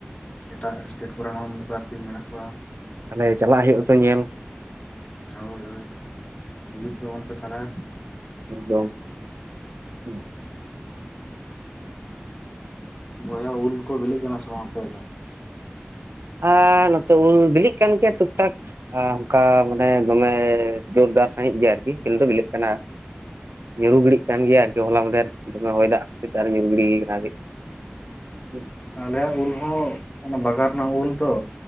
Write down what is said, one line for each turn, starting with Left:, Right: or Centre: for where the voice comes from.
Left: ᱮᱴᱟᱜ ᱥᱴᱮᱴ ᱠᱚᱨᱮᱱ ᱦᱚᱸ ᱢᱤᱫ ᱵᱟᱨ ᱴᱤᱢ ᱢᱮᱱᱟᱜ ᱠᱚᱣᱟ
Right: ᱛᱟᱞᱦᱮ ᱪᱟᱞᱟᱜ ᱦᱩᱭᱩᱜ-ᱟ ᱛᱚ ᱧᱮᱞ
Left: ᱦᱳᱭ ᱦᱳᱭ ᱦᱤᱡᱩᱜ ᱛᱟᱵᱚᱱ ᱯᱮ ᱛᱟᱞᱦᱮ
Right: ᱮᱠᱫᱚᱢ ᱦᱩᱸ
Left: ᱵᱚᱭᱦᱟ ᱩᱞ ᱠᱚ ᱵᱤᱞᱤᱜ ᱠᱟᱱᱟ ᱥᱮ ᱵᱟᱝ ᱟᱯᱮᱭᱟᱜ ᱫᱚ?
Right: ᱟᱨ ᱱᱚᱛᱮ ᱩᱞ ᱵᱤᱞᱤᱜ ᱠᱟᱱ ᱜᱮᱭᱟ ᱴᱩᱠ ᱴᱟᱠ ᱟ ᱚᱝᱠᱟ ᱢᱟᱱᱮ ᱫᱚᱢᱮ ᱡᱳᱨᱫᱟᱨ ᱥᱟᱺᱦᱤᱡ ᱜᱮ ᱟᱨᱠᱤ ᱢᱤᱞ ᱫᱚ ᱢᱤᱞᱮᱜ ᱠᱟᱱᱟ ᱧᱩᱨᱩᱨᱩ ᱜᱤᱰᱤᱜ ᱠᱟᱱ ᱜᱮᱭᱟ ᱟᱨᱠᱤ ᱦᱚᱞᱟ ᱢᱟᱽᱫᱷᱮᱨ ᱫᱚᱢᱮ ᱦᱚᱭ ᱫᱟᱜ ᱪᱮᱛᱟᱱ ᱨᱮ ᱧᱩᱨᱩ ᱜᱤᱲᱤ ᱠᱟᱱᱟ ᱟᱨᱠᱤ ᱦᱮᱸ
Left: ᱟᱞᱮᱭᱟᱜ ᱩᱞ ᱦᱚᱸ ᱚᱱᱟ ᱵᱟᱜᱟᱱ ᱨᱮᱱᱟᱜ ᱩᱞ ᱛᱚ